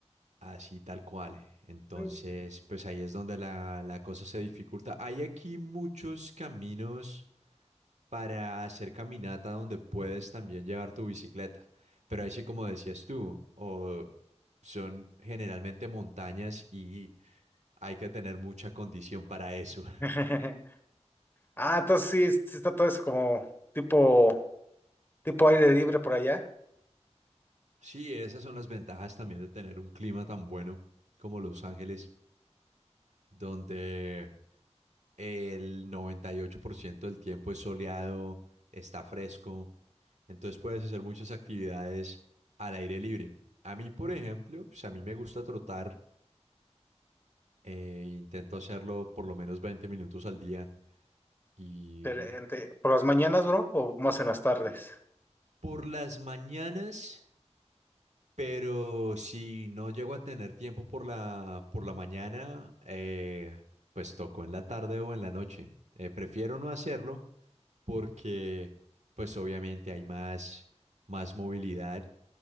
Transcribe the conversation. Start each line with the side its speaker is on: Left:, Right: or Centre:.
Right: Así tal cual. Entonces,
Left: Mm.
Right: pues ahí es donde la, la cosa se dificulta. Hay aquí muchos caminos para hacer caminata donde puedes también llevar tu bicicleta. Pero ahí sí, como decías tú, o son generalmente montañas y hay que tener mucha condición para eso.
Left: <laughs> Ah, entonces sí, sí está todo eso como tipo, tipo aire libre por allá.
Right: Sí, esas son las ventajas también de tener un clima tan bueno como Los Ángeles, donde el 98% del tiempo es soleado, está fresco, entonces puedes hacer muchas actividades al aire libre. A mí, por ejemplo, pues a mí me gusta trotar, eh, intento hacerlo por lo menos 20 minutos al día y
Left: Excelente. ¿Por las mañanas, bro? ¿O más en las tardes?
Right: por las mañanas Pero si no llego a tener tiempo por la, por la mañana, eh, pues toco en la tarde o en la noche. Eh, prefiero no hacerlo porque, pues obviamente hay más, más movilidad